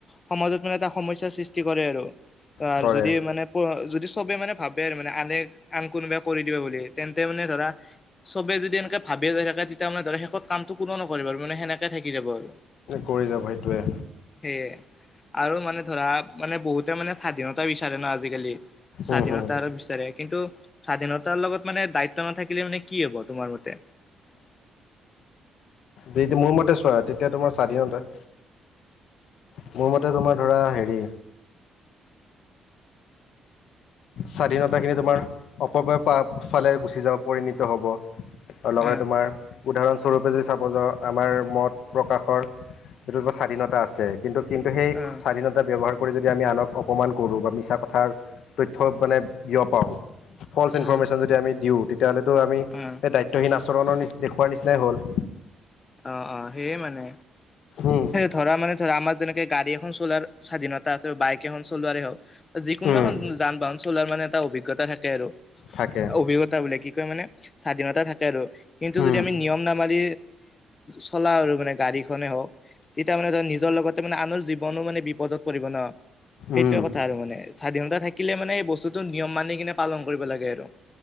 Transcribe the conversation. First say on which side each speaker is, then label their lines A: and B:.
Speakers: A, on the left; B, on the left.
A: সমাজত মানে এটা সমস্যা ৰ সৃষ্টি কৰে আৰু। অ
B: কৰে
A: যদি মানে প যদি সবে মানে ভাবে আৰু মানে আনে আন কোনোবাই কৰি দিব বুলি তেন্তে মানে ধৰা চবে যদি এনেকে ভা বিয়ে থাকে তেতিয়া মানে ধৰ শেষত কামটো কোনো নকৰে আৰু মানে সেনেকে থাকি যাব আৰু।
B: কৰি যাব সেইটোৱে।
A: সেয়ে আৰু মানে ধৰা মানে বহুতে মানে স্বাধীনতা বিচাৰে ন আ আজিকালি স্বাধীনতা
B: উম হুম
A: বিচাৰে কিন্তু স্বাধীনতাৰ লগত মানে দায়িত্ব নাথাকিলে মানে। কি হব তোমাৰ মতে।
B: যিহেটো মোৰ মতে চোৱা তেতিয়া তোমাৰ স্বাধীনতা। মোৰ মতে তোমাৰ ধৰা হেৰি। স্বাধীনতাখিনি তোমাৰ, অপবয় ফালে গুচি যাব পৰিণত হ'ব। আৰু লগতে
A: উম
B: তোমাৰ উদাহৰণ। স্বৰূপে যদি চাব যাওঁ আমাৰ মত প্ৰকাশৰ যিটো কিবা স্বাধীনতা আছে। কিন্তু কিন্তু সেই
A: উম
B: স্বাধীনতা ব্যৱহাৰ কৰি যদি আমি আনক অপমান কৰোঁ বা মিছা কথাৰ। তথ্য মানে বিয় পাওঁ ফলচ
A: উম
B: ইনফৰৰ্মেশ্যন যদি আমি দিওঁ। তেতিয়াহ'লেতো আমি স
A: উম
B: দায়িত্বহীন আচৰণৰ দেখুওৱাৰ নিচিনাই হ'ল।
A: অ অ সেইয়ে মানে
B: উম
A: ধৰা মানে ধৰা আমাৰ যেনেকে গাড়ী। এখন চলাৰ স্বাধীনতা আছে বাইক এখন চলোৱাৰ হওক যিকোনো
B: উম
A: এখন যান বাহন চলোৱাৰ মানে। এটা অভিজ্ঞতা থাকে আৰু
B: থাকে
A: অভিজ্ঞতা বোলে কি কয় মানে। স্বাধীনতা থাকে আৰু কিন্তু
B: উম
A: যদি আমি নিয়ম নামাৰি। চলা আৰু মানে গাড়ীখনে হওক। তেতিয়া মানে ধ নিজৰ লগতে মানে আনৰ জীৱনো মানে বিপদত পৰিব ন। সেইটোৱে
B: উম
A: কথা আৰু মানে স্বাধীনতা থাকিলে মানে এই বস্তুটো নিয়ম মানি কিনে পালন কৰিব লাগে আৰু।